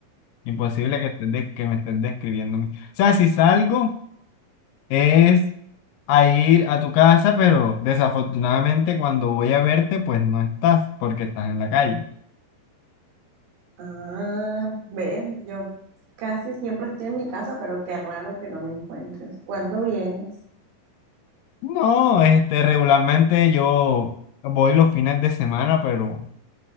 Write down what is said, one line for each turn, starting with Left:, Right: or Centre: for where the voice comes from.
Left: Imposible que, estés de- que me estés describiendo. a mí. O sea, si salgo es a ir a tu casa, pero desafortunadamente cuando voy a verte, pues no estás porque estás en la calle.
Right: Ah, ve, yo casi siempre estoy en mi casa, pero qué raro que no me encuentres. ¿Cuándo vienes?
Left: No, este, regularmente yo voy los fines de semana, pero,